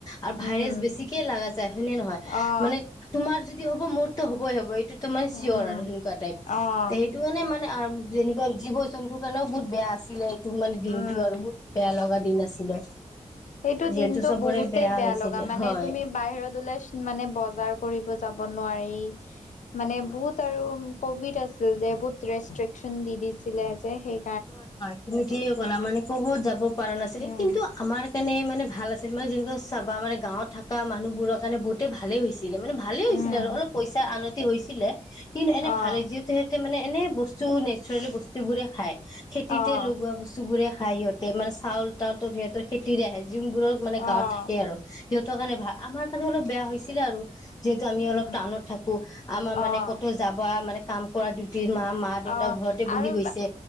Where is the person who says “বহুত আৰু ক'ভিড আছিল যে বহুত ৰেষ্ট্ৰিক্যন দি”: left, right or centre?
Left